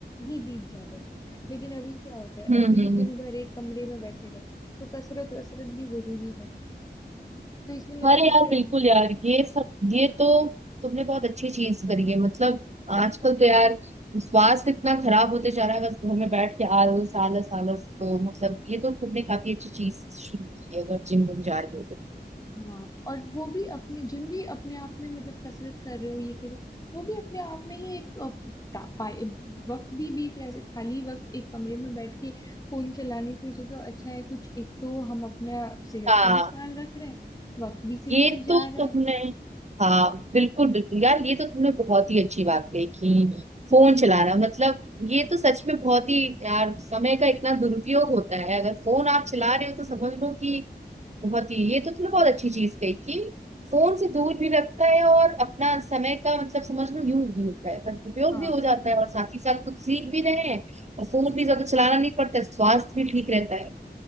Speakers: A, on the left; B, on the right.
A: ही बीत जाता था लेकिन अभी क्या होता है
B: हम्म
A: अभी
B: हम्म हम्म।
A: दिन भर एक कमरे में बैठे रहो तो कसरत वसरत भी जरूरी है तो इसलिए मेरे
B: अरे
A: को
B: यार
A: लगता है
B: बिल्कुल यार ये सब ये तो तुमने बहुत अच्छी चीज करी है मतलब आजकल तो यार स्वास्थ्य इतना खराब होते जा रहा है बस घर में बैठ के आलस आलस आलस तो मतलब ये तो तुमने काफी अच्छी चीज शुरू की है अगर जिम बन जा रहे हो तो।
A: हाँ और वो भी अपने जिम भी अपने आप में मतलब कसरत कर रहे हो ये कर रहे हो वो भी अपने आप में ही एक अ, टा- पाए- वक्त भी बीत रहा है ऐसे खाली वक्त एक कमरे में बैठ के फोन चलाने से जो तो अच्छा है कुछ एक तो हम अपना सेहत
B: हाँ।
A: का भी ख्याल रख रहे हैं वक्त भी सही
B: ये
A: से जा
B: तो
A: रहा
B: तुमने
A: है
B: हाँ बिल्कुल बिल्कुल यार ये तो तुमने बहुत ही अच्छी बात कही कि फोन चलाना मतलब ये तो सच में बहुत ही यार समय का इतना दुरुपयोग होता है अगर फोन आप चला रहे हो तो समझ लो कि बहुत ही ये तो तुमने बहुत अच्छी चीज कही कि फोन से दूर भी रखता है और अपना समय का मतलब समझ लो यूज भी होता है सदुपयोग
A: हाँ
B: भी हो जाता है और साथ ही साथ कुछ सीख भी रहे हैं और फोन भी ज्यादा चलाना नहीं पड़ता है, स्वास्थ्य भी ठीक रहता है